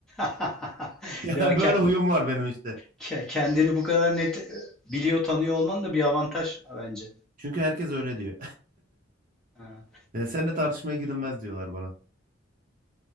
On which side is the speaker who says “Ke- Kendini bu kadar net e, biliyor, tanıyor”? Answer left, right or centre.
Centre